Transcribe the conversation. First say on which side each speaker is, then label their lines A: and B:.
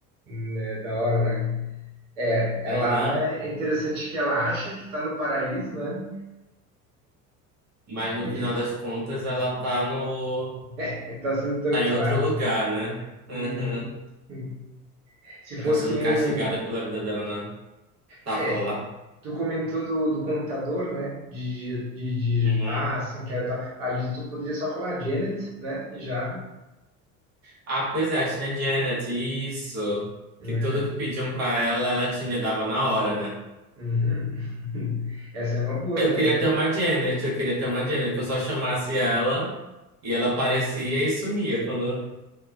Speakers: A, on the right; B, on the right.
A: Hum, É da hora, né? É, ela
B: Aham.
A: é interessante que ela acha que está no paraíso, né?
B: Mas no
A: E
B: final das contas ela tá no.
A: está sendo torturada.
B: tá em outro lugar, né? Aham.
A: Uhum. Uhum. Se
B: Ela
A: fosse
B: tá sendo
A: que nem
B: castigada
A: um.
B: pela vida dela na. Tá,
A: É,
B: fala lá.
A: tu comentou do, do computador, né? De, de, de digitar,
B: Uhum.
A: assim, que era tal. Ali tu poderia só falar Janet, né? E Já.
B: Ah, pois é, tinha Janet, isso.
A: né?
B: Que tudo que pediam pra ela, ela tinha, dava na hora, né?
A: Uhum. <laughs> Essa é uma boa
B: Eu
A: também.
B: queria ter uma Janet, eu queria ter uma Janet, que eu só chamasse ela e ela aparecia e sumia quando.